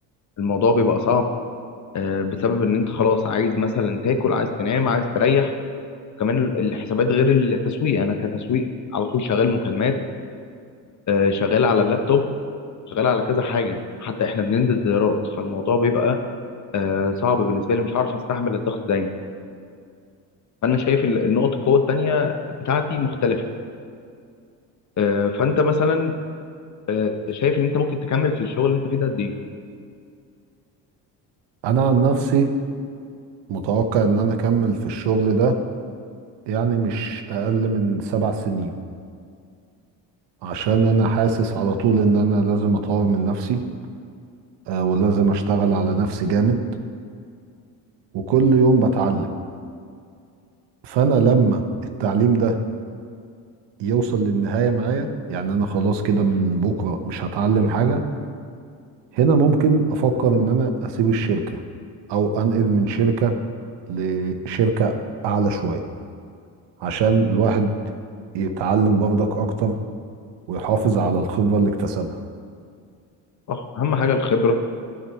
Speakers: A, on the left; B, on the right.
A: الموضوع بيبقى صعب آه، بسبب ان انت خلاص عايز مثلا تاكل عايز تنام عايز تريح كمان ال- الحسابات غير التسويق انا كتسويق على طول شغال مكالمات آه، شغال على اللابتوب شغال على كذا حاجه حتى احنا بننزل زيارات فالموضوع بيبقى آه، صعب بالنسبه لي مش عارف استحمل الضغط دايما فانا شايف ال- النقط القوه التانيه بتاعتي مختلفه آه، فانت مثلا آه، شايف ان انت ممكن تكمل في الشغل اللي انت فيه ده قد ايه
B: انا عن نفسي متوقع ان انا اكمل في الشغل ده يعني مش اقل من سبع سنين عشان انا حاسس على طول ان انا لازم اطور من نفسي آه، ولازم اشتغل على نفسي جامد وكل يوم بتعلم فانا لما التعليم ده يوصل للنهاية معايا يعني انا خلاص كده من بكرة مش هتعلم حاجة هنا ممكن افكر ان انا اسيب الشركه او انقل من شركه لشركه اعلى شويه عشان الواحد يتعلم برضك اكتر ويحافظ على الخبره اللي اكتسبها
A: صح اهم حاجه الخبره